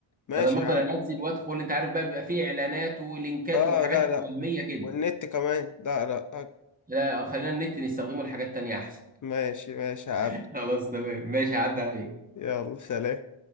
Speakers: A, on the left; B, on the right.
A: ماشي
B: بدل ما افضل
A: يا عم
B: انزل وادخل انت عارف بقى بيبقى فيه اعلانات ولينكات
A: اه
B: وحاجات
A: لا لا
B: وهميه كده
A: والنت كمان لا لا هك-
B: لا خلينا النت نستخدمه لحاجات تانية احسن
A: ماشي ماشي يا عبد
B: <laughs> خلاص تمام ماشي عدى عليك
A: يلا سلام